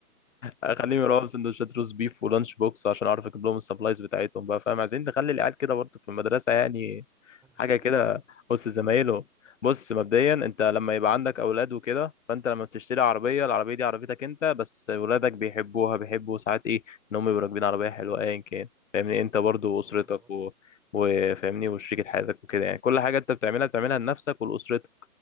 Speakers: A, on the left; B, in the centre.
A: اخليهم
B: أهو
A: يروحوا بسندوتشات روز بيف ولانش بوكس عشان اعرف اجيب لهم السبلايز بتاعتهم بقى فاهم عايزين نخلي العيال كده برضه في المدرسه يعني
B: <laughs>
A: حاجه كده وسط زمايلهم بص مبدئيا انت لما يبقى عندك اولاد وكده فانت لما بتشتري عربيه العربيه دي عربيتك انت بس ولادك بيحبوها بيحبوا ساعات ايه ان هم يبقوا راكبين عربيه حلوه ايا كان فاهمني انت برضه واسرتك
B: أنا بقول
A: و... وفاهمني وشريكة حياتك وكده يعني كل حاجه انت بتعملها بتعملها لنفسك ولاسرتك